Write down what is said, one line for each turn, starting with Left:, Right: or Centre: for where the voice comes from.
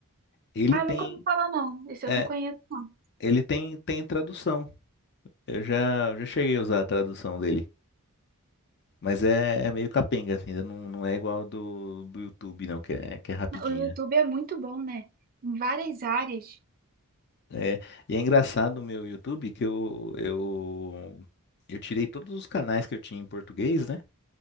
Left: Ele
Right: Ah,
Left: tem,
Right: nunca ouvi falar não. Esse
Left: é,
Right: eu não conheço não.
Left: ele tem, tem tradução. Eu já, já cheguei a usar a tradução dele. Mas é, é meio capenga, assim, ainda não, não é igual do, do YouTube, não, que é, que é rapidinha.
Right: O YouTube é muito bom, né? Em várias áreas.
Left: É, e é engraçado o meu YouTube que eu, eu, eu tirei todos os canais que eu tinha em português, né?